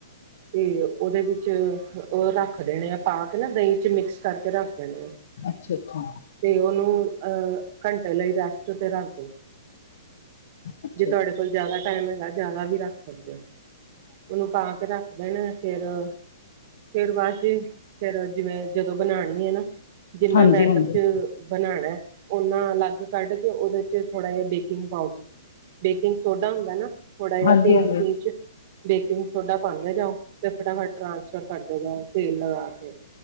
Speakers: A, on the right; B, on the left.
A: ਤੇ ਉਹਦੇ ਵਿੱਚ ਉਹ ਰੱਖ ਦੇਣੇ ਆ, ਪਾ ਕੇ ਨਾ, ਦਹੀਂ 'ਚ ਮਿਕਸ ਕਰਕੇ ਰੱਖ ਦੇਣੇ ਆ।
B: ਅੱਛਾ ਅੱਛਾ,
A: ਤੇ ਉਹਨੂੰ, ਅਹ ਘੰਟੇ ਲਈ ਰੈਸਟ ਤੇ ਰੱਖ ਦੋ,
B: ਅੱਛਾ
A: ਜੇ ਤੁਹਾਡੇ ਕੋਲ ਜਿਆਦਾ ਟਾਈਮ ਹੈਗਾ ਜ਼ਿਆਦਾ ਵੀ ਰੱਖ ਸਕਦੇ ਹੋ। ਉਹਨੂੰ ਪਾ ਕੇ ਰੱਖ ਦੇਣ, ਫੇਰ ਫੇਰ ਬਾਅਦ ਚ, ਫੇਰ ਜਿਵੇਂ ਜਦੋਂ ਬਣਾਉਣੀ ਹੈ ਨਾ ਜਿੰਨਾ
B: ਹਾਂਜੀ
A: ਬੈਟਰ
B: ਹਾਂਜੀ
A: ਚ ਬਣਾਉਣਾ, ਉਹਨਾ ਅਲੱਗ ਕੱਢ ਕੇ ਉਹਦੇ ਚ ਥੋੜ੍ਹਾ ਜਿਹਾ ਬੇਕਿੰਗ ਪਾਊਡਰ ਬੇਕਿੰਗ ਸੋਡਾ ਹੁੰਦਾ ਨਾ, ਥੋੜਾ ਜਿਹਾ
B: ਹਾਂਜੀ
A: ਪਿੰਚ-
B: ਹਾਂਜੀ
A: ਪਿੰਚ ਬੇਕਿੰਗ ਸੋਡਾ ਪਾਉਂਦੇ ਜਾਓ, ਤੇ ਫਟਾਫਟ ਟ੍ਰਾਂਸਫਰ ਕਰਦੇ ਜਾਓ ਤੇਲ ਲਗਾ ਕੇ